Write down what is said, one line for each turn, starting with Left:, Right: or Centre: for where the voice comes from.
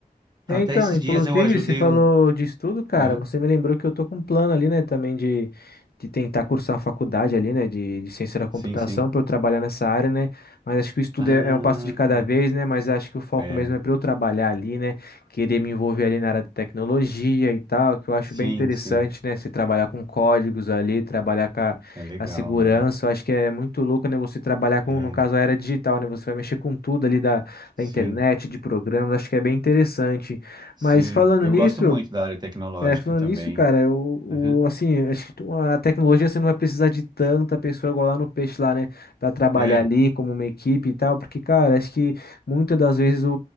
Left: É,
Right: Até
Left: Então,
Right: esses
Left: inclusive,
Right: dias eu ajudei
Left: você falou
Right: um.
Left: de estudo, cara.
Right: Aham,
Left: Você me lembrou que eu tô com um plano ali, né, também de, de tentar cursar uma faculdade ali, né, de, de ciência da computação
Right: Sim, sim.
Left: para eu trabalhar nessa área, né. Mas acho que o estudo
Right: Ah,
Left: é, é um passo de cada
Right: tá.
Left: vez, né. Mas acho que o foco
Right: É,
Left: mesmo é para eu trabalhar ali, né, querer me envolver ali na área da tecnologia e tal, que eu acho
Right: sim,
Left: bem interessante,
Right: sim.
Left: né, se trabalhar com códigos ali, trabalhar com a,
Right: É legal,
Left: a segurança.
Right: né?
Left: Eu acho que é muito louco, né, você trabalhar com,
Right: É,
Left: no caso, a era digital, né. Você vai mexer com tudo ali da
Right: sim,
Left: da internet, de programas, acho que é bem interessante.
Right: sim.
Left: Mas falando
Right: Eu
Left: nisso,
Right: gosto muito da área tecnológica
Left: é, falando
Right: também.
Left: nisso, cara, o,
Right: Aham.
Left: o- assim, acho que tu- a tecnologia você não vai precisar de tanta pessoa igual lá no peixe lá, né, Pra trabalhar
Right: É,
Left: ali como uma equipe e tal, porque, cara, acho que muitas das vezes o,